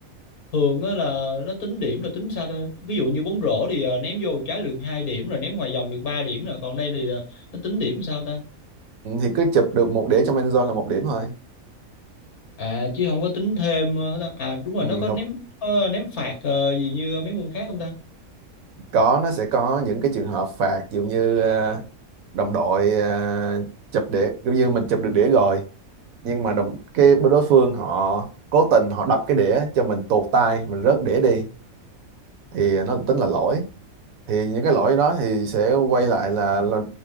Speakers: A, on the left; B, on the right.
A: thường á là nó tính điểm là tính sao ta? Ví dụ như bóng rổ thì ờ, ném vô một trái được 2 điểm rồi ném ngoài vòng được 3 điểm rồi còn đây thì ờ, nó tính điểm sao ta?
B: ừ, thì cứ chụp được một đĩa trong end zone là một điểm thôi
A: à chứ không có tính thêm ờ, hết à đúng rồi
B: ừ,
A: nó có
B: không.
A: ném có ném phạt ờ, gì như mấy môn khác không ta
B: có nó sẽ có những cái trường hợp phạt ví dụ như ờ, đồng đội ờ, chụp đĩa ví dụ như mình chụp được đĩa rồi nhưng mà đồng cái bên đối phương họ cố tình họ đập cái đĩa cho mình tuột tay mình rớt đĩa đi thì nó tính là lỗi thì những cái lỗi đó thì sẽ quay lại là, là